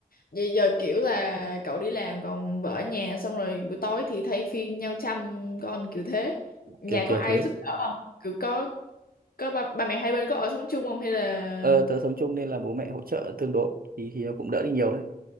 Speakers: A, on the left (about 70°); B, on the right (about 70°).
A: Vậy giờ kiểu là cậu đi làm còn vợ ở nhà xong rồi buổi tối thì thay phiên nhau chăm con kiểu thế. Nhà
B: kiểu kiểu
A: có ai
B: thế
A: giúp đỡ không? Kiểu có có ba, ba mẹ hai bên có ở sống chung không hay là
B: Ờ, tớ sống chung nên là bố mẹ hỗ trợ tương đối thì thì nó cũng đỡ đi nhiều đấy.